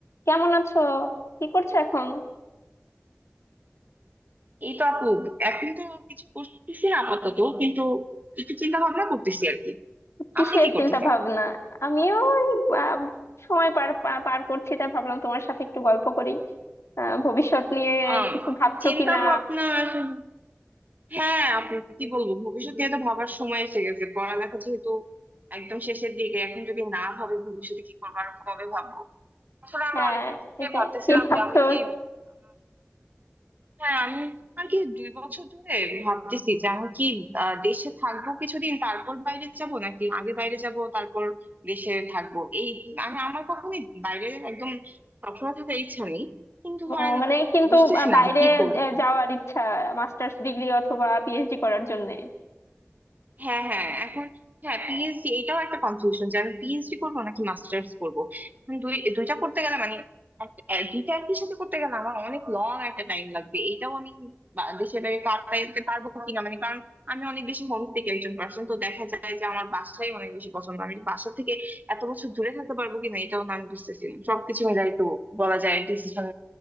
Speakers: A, on the left; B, on the right.
A: কেমন আছো কি করছো এখন
B: এই তো আপু এখন তো কিছু করতেছি না আপাতত কিন্তু একটু চিন্তা ভাবনা করতেছি আর কি
A: কিসের
B: আপনি কি করতেছেন
A: চিন্তা ভাবনা আমিও ওই, আহ, সময় পার পা- পার করছি তাই ভাবলাম তোমার সাথে একটু গল্প করি আহ, ভবিষ্যৎ নিয়ে
B: আম,
A: কিছু ভাবছো
B: চিন্তা
A: কিনা
B: ভাবনা এখন- হ্যাঁ আপু কি বলবো ভবিষ্যৎ নিয়ে তো ভাবার সময় এসে গেছে পড়ালেখা যেহেতু একদম শেষের দিকে এখন যদি না ভাবে ভবিষ্যতে কি করবো আর কবে ভাববো আসলে আমি
A: হ্যাঁ
B: অনেকদিন থেকে
A: সেটাই
B: ভাবতেছিলাম
A: কি ভাবছো
B: যে আমি কি হ্যাঁ আমি আর কি দুই বছর ধরে ভাবতেছি যে আমি কি আহ, দেশে থাকবো কিছুদিন তারপর বাইরে যাব নাকি আগে বাইরে যাব তারপর দেশে থাকবো এই আমি আমার কখনোই বাইরে একদম সবসময় থাকার ইচ্ছা নেই কিন্তু
A: ও,
B: ধরেন
A: মানে কিন্তু
B: বুঝতেছি
A: আহ,
B: না
A: বাইরে
B: যে কি করব
A: আহ, যাওয়ার ইচ্ছা মাস্টার্স ডিগ্রি অথবা পিএইচডি করার জন্য
B: হ্যাঁ হ্যাঁ এখন হ্যাঁ পিএইচডি এটাও একটা কনফিউশন যে আমি পিএইচডি করবো নাকি মাস্টার্স করবো এখন দুই দুইটা করতে গেলে মানে এক- এক- দুইটা একই সাথে করতে গেলে আমার অনেক লং একটা টাইম লাগবে এটাও আমি বা- দেশের বাইরে কাটাইতে পারবো কিনা মানে কারণ আমি অনেক বেশি হোম থেকে একজন পার্সন তো দেখা যায় যে আমার বাসাই অনেক বেশি পছন্দ আমি বাসা থেকে এত বছর দূরে থাকতে পারবো কিনা এটাও না আমি বুঝতেছি না। সবকিছু মিলাই তো বলা যায় ডিসিশন